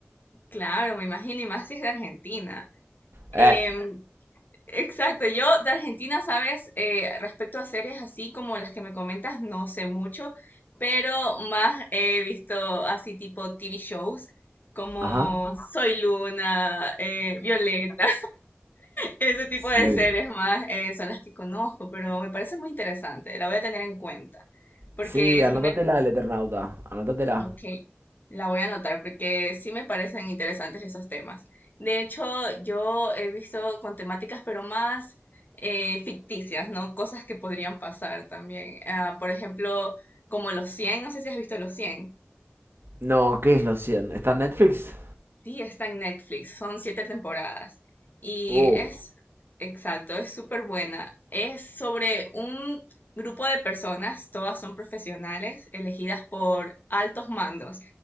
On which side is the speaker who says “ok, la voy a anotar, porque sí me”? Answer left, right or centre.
Left